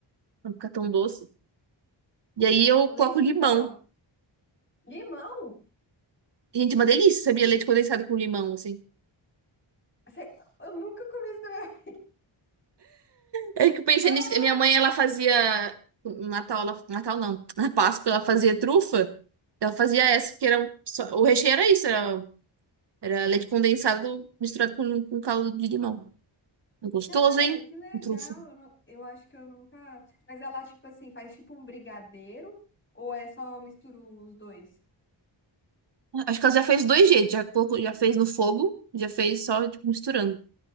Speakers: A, on the right; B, on the left.
A: pra não ficar tão doce. E aí eu
B: O leite
A: coloco limão.
B: em pó, limão,
A: Gente, uma delícia, sabia? Leite condensado com limão, assim.
B: você, eu nunca comi isso também.
A: É que eu pensei
B: Ah,
A: nisso. que Minha mãe, ela fazia. no Natal, ela... Natal não. Na Páscoa, ela fazia trufa. Ela fazia essa, que era. só- O recheio era isso, era Era leite condensado misturado com, com caldo de limão. Gostoso,
B: cara,
A: hein?
B: que legal.
A: Com trufa.
B: Eu, não- eu acho que eu nunca. Mas ela, tipo assim, faz tipo um brigadeiro? Ou é só mistura os dois?
A: Acho que ela já fez dois jeitos. Já, colocou- já fez no fogo, já fez só, tipo, misturando.